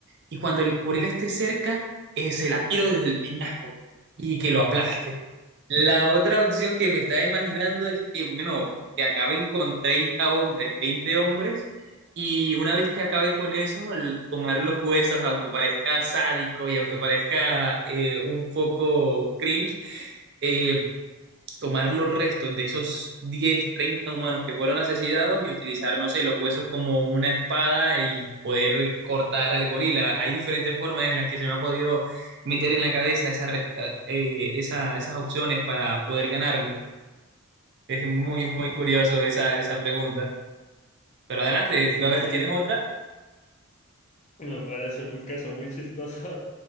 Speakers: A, on the right; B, on the left.
A: y cuando el gorila esté cerca, eh, se la tiro desde el peñasco y que lo aplaste. La otra opción que me estaba imaginando es que, bueno, que acaben con 30 hombres, 20 hombres, y una vez que acabe con eso, l- tomar los huesos, aunque parezca sádico y aunque parezca eh, un poco cringe, eh, tomar los restos de esos 10 30 humanos que fueron asesinados y utilizar, no sé, los huesos como una espada y poder cortar al gorila. Hay diferentes formas en las que se me ha podido meter en la cabeza esa res- eh, eh, esa- esas opciones para poder ganarle. Es muy, muy curioso esa, esa pregunta. Pero adelante,
B: Sí,
A: a ver,
B: sí,
A: ¿tienes otra?
B: me parece un caso muy chistoso.